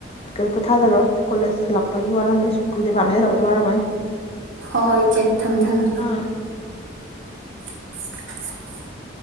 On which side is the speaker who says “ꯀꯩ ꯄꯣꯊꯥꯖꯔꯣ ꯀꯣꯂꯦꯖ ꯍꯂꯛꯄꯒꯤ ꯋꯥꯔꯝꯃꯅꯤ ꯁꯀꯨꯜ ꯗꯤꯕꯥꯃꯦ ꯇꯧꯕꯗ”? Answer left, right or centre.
Left